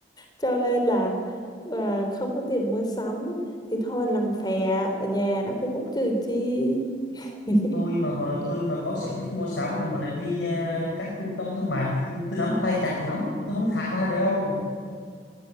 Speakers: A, on the left; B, on the left.
A: cho nên là à, không có tiền mua sắm thì thôi làm phè ở nhà đăng Facebook trừ chi <laughs>
B: tôi mà vợ tôi mà có sở thích mua sắm là mỗi lần đi ờ, các trung tâm thương mại tôi nắm tay chặt lắm tôi không thả ra được đâu